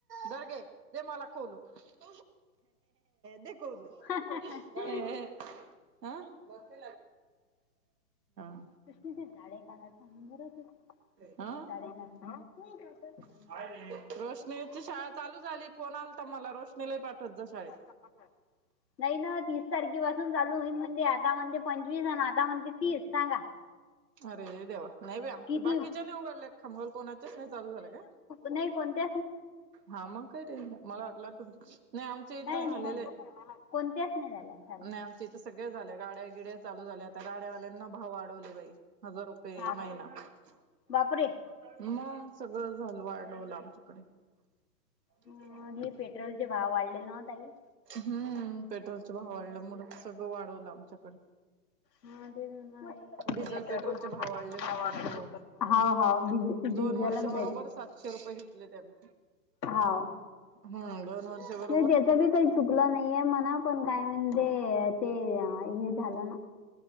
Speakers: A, on the right (about 75°); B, on the left (about 85°).
A: धर घे ते मला. खोलू <inaudible> दे <unintelligible>
B: कृष्ण
A: <inaudible> ह बघते <unintelligible>
B: तिथे झाडे काढायच <unintelligible> गरज त
A: हा
B: झाडं <unintelligible>
A: <unintelligible> रोशनीची शाळा चालूच आली फोन आलता मला रोशनीलाही पाठवत जा शाळेत.
B: <unintelligible> नाही ना तीस तारखे पाासून चालू होई म्हणजे आता म्हणजे पंचवीस आणि आता म्हणते तीस सांगा
A: अरे देवा नाही बे आम
B: किती
A: बाकीच्या नाही उघडल्याागल कोणाच्याच नाही चालू झालं काय?.
B: नाही कोणते <inaudible>
A: हा मग काही टेन्शन मला वाटलं तुमच नाही आमच्या इथं झालेलं
B: नाही नाही
A: आहे.
B: नाही कोणत्याच नाही झाल्या चालू.
A: नाही आमच्या इथं सगळे झाले गाड्या गिड्या चालू झाल्या आता गाड्यावाल्यांना भाव वाढवले बाई! हजार रुपये
B: हा
A: महिना <unintelligible>
B: बापरे
A: मग ह सगळं झालं वाढवलं आमच्याकडे <unintelligible>
B: अं हे पेट्रोलचे भाव वाढले ना ताई
A: हम्म पेट्रोलचे भाव वाढल्यामुळे सगळं वाढवलं आमच्याकडे
B: हा पेट्रोल
A: डिझेल पेट्रोलचे
B: चे
A: भाव
B: पण
A: वाढले म्हणताना
B: भाव वाढले
A: तो
B: ना <unintelligible> <inaudible> हा हा पेट्रोलचे पण भाव वाढले हाऊ हाऊ <unintelligible>
A: दोन <inaudible> वर्ष
B: आणि
A: बरोबर सातशे रुपये घेतले त्यानी
B: हाव.
A: ह <unintelligible> वर्षभर
B: नाही त्याच बी काही चुकलं नाहीये म्हणा पण काय म्हणे ते हे झालं ना